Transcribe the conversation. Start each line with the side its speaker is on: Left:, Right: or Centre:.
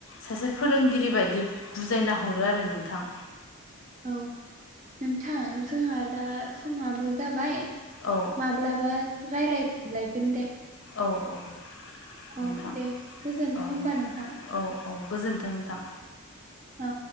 Left: सासे फोरोंगिरि बायदि बुजायना हरो आरो नोंथां।
Right: औ नोंथां जोंहा दा समाबो जाबाय।
Left: औ
Right: माब्लाबा रायलायफिनलायगोन दे।
Left: औ औ।
Right: औ
Left: नोंथां
Right: दे गोजोन्थों
Left: औ
Right: होमबा नोंथां।
Left: औ औ गोजोन्थों नोंथां।
Right: औ